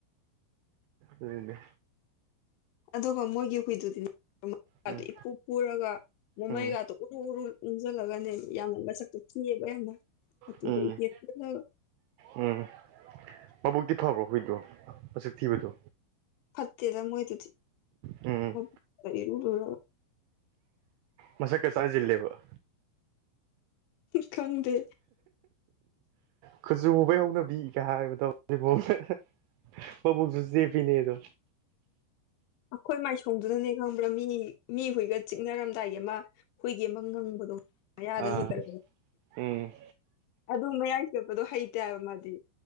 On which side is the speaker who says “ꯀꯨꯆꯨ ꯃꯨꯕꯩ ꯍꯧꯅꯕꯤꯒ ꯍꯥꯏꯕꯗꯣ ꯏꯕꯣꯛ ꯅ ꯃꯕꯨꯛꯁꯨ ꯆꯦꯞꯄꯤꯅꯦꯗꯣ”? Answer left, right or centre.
Right